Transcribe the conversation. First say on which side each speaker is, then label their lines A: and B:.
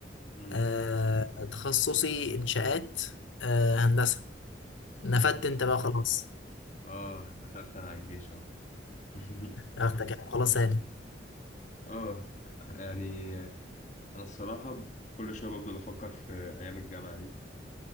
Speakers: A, on the left (about 40°); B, on the left (about 85°).
A: مم.
B: أه تخصصي انشاءات أه هندسه نفدت
A: ما شاء الله
B: انت بقى خلاص
A: آه دخلت أنا على الجيش أهو <laughs>
B: اختك يعني خلاص هانت
A: آه يعني أنا الصراحة كل شوية بفضل أفكر في أيام الجامعة دي